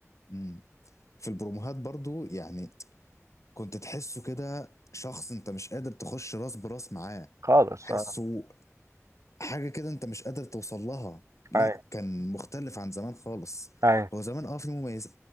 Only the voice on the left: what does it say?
مم. في البروموهات برضه يعني كنت تحسه كده شخص انت مش قادر تخش راس براس معاه
حسه
حاجة كده انت مش قادر توصل لها لا
كان مختلف عن زمان خالص
هو زمان اه في مميزات